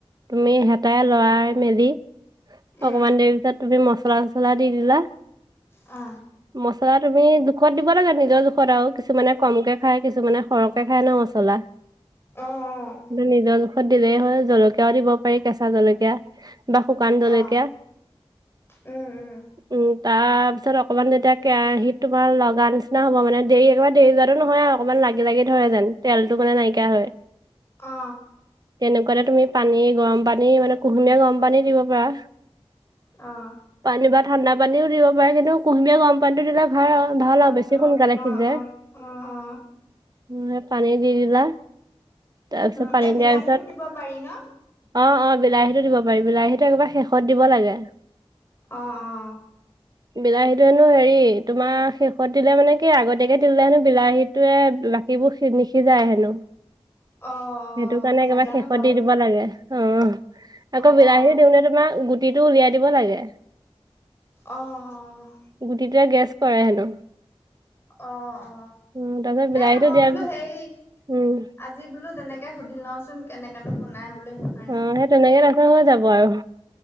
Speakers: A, on the right (about 40°); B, on the left (about 25°).
A: তুমি হেতাই লৰাই মেলি-
B: উম,
A: অকমান দেৰি পিছত তুমি মচলা চছলা দি দিলা।
B: আ।
A: মচলা তুমি জোখত দিব লাগে নিজৰ জোখত আৰু, কিছুমানে কমকে খাই, কিছুমানে সৰহকে খাই ন মছলা।
B: অ অ।
A: নিজৰ জোখত দিলেই হ'ল। জলকীয়াও দিব পাৰি কেঁচা জলকীয়া বা শুকান জলকীয়া।
B: অ', উম উম।
A: উম। তাৰ পিছত অকমান যেতিয়া কেৰাহিত তোমাৰ লগা নিচিনা হ'ব, মানে দেৰি একেবাৰে দেৰি যোৱাটো নহয় আৰু। অকমান লাগি লাগি ধৰে যেন, তেলতটো মানে নাইকিয়া হয়।
B: অ।
A: তেনেকুৱাতে তুমি পানী গৰম পানী মানে কুহুমীয়া গৰম পানী দিব পাৰা।
B: অহ।
A: পানী বা ঠাণ্ডা পানীও দিব পাৰে কিন্তু কুহুমীয়া গৰম পানীতো দিলে- ভাল আৰু
B: ভাল
A: আৰু বেছি
B: অ।
A: সোনকালে
B: অ,
A: সিজে।
B: অ, অ, অ।
A: উম পানী দি দিলা, তাৰপিছত
B: উম,
A: পানী
B: এই বিলাহীটো
A: দিয়াৰ পিছত-
B: দিব পাৰি ন?
A: অ, অ, বিলাহীতো দিব পাৰি। বিলাহীটো একবাৰে শেষত দিব লাগে।
B: অ, অ।
A: বিলাহীতো হেনো হেৰি তোমাৰ শেষত দিলে মানে কি আগতীয়াকে দিলে হেনো বিলাহীত- তোয়ে বাকীবোৰ সি নিসিজায় হেনো।
B: অ'। অ',
A: সেইটো কাৰণে
B: নাজানো
A: একেবাৰে শেষত
B: বাৰু
A: দি দিব লাগে। অ আকৌ
B: অ',
A: বিলাহী দিওঁতে তোমাৰ গুটিটো উলিয়াই দিব লাগে।
B: অ, অ।
A: গুটিটোয়ে গেছ কৰে হেনো।
B: অ, অ।
A: উম তাৰপিছত বিলাহীটো
B: এ মই
A: দিয়াৰ
B: বোলো হেৰি-
A: উম
B: আজি বোলো তেনেকে সুধি লওঁ চোন, কেনেকেনো বনাই বোলো সেইটো। কাৰণে
A: উম, সেই তেনেকে দেখোন হৈ যাব আৰু।